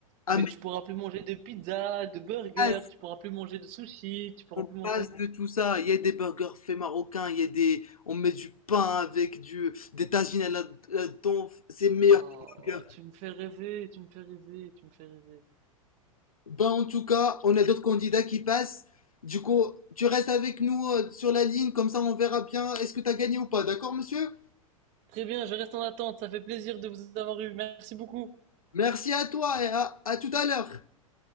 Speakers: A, on the left (about 80°); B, on the right (about 40°).
A: Ah,
B: Mais tu pourras plus manger de pizza, de burger,
A: mais
B: tu pourras plus manger de sushi, tu pourras
A: On
B: plus manger.
A: passe de tout ça. Il y a des burgers faits marocains, il y a des, on met du pain avec du, des tagines à là-dedans. C'est meilleur
B: Oh,
A: que les burgers.
B: tu me fais rêver, tu me fais rêver, tu me fais rêver.
A: Ben, en tout cas, on a d'autres candidats qui passent. Du coup, tu restes avec nous euh, sur la ligne, comme ça on verra bien est-ce que t'as gagné ou pas. D'accord, monsieur?
B: Très bien, je reste en attente, ça fait plaisir de vous avoir eu. Merci beaucoup.
A: Merci à toi et à à tout à l'heure.